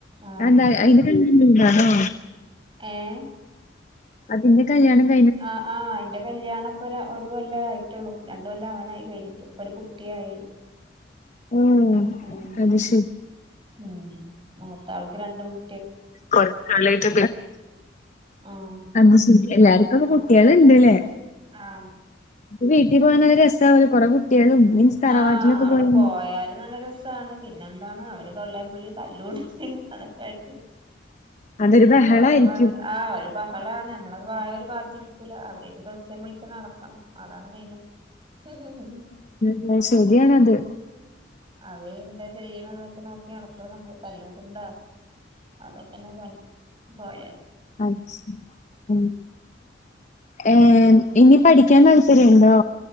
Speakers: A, on the right; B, on the left.
A: ആഹ്
B: അന്താ ഇത് കണ്ടാ <unintelligible> ണോ
A: ഏയേ
B: അതിന്റെ കല്യാണം ക -
A: ആഹ് ആഹ് അയിന്റെ കല്യാണ- ഒരു കൊല്ലെ ആയിട്ടുള്ളൂ രണ്ട് കൊല്ലം അവനായി കഴിഞ്ഞിട്ട് ഇപ്പ ഒരു കുട്ടിയായി-
B: ഓഹ്
A: ഉം
B: അത് ശരി
A: ഉം മൂത്ത ആൾക്ക് രണ്ട് കു-
B: കൊറച്ച് കാലായിട്ട്
A: ആഹ്
B: അത് ശരി എല്ലാർക്കും അപ്പം കുട്ടികള് ഉണ്ട് ഇല്ലേ
A: ആഹ്
B: ആ വീട്ടിൽ പോകാൻ നല്ല രസമാകല്ലോ കുറെ കുട്ടികളും മീൻസ് തറവാട്ടിലൊക്കെ
A: ആഹ് അവിടെ
B: പോയാൽ
A: പോയാ- അത് നല്ല രസമാണ് പിന്നെ എന്താണ് അവര് തൊള്ളേംവിളിം തല്ലൂടൽ അതൊക്കെ ആയിട്ട്-
B: അതൊരു ബഹളായിരിക്കും.
A: പോയപാട് ആഹ് ഒരു ബഹളാണ് നമ്മളത് വായ ഒരു ഭാഗത്ത് ഇരിക്കൂല. അവരൊക്ക ഒച്ചെം വിളിയും ട്ട് നടക്കണം. അതാണ് മെയിൻ ഹ ഹ ഹ
B: അഹ് ശെരിയാണത്
A: അവര് എന്താ ചെയ്യ്ണ് എന്നൊക്കെ നോക്കി നടക്ക് നമ്മക്ക് തല്ലൂട്ൻണ്ടാ അതൊക്കെന്നെ പണി പോയാൽ
B: അച് ഉം ഏഹ് ഇനി പഠിക്കാൻ താല്പര്യംണ്ടോ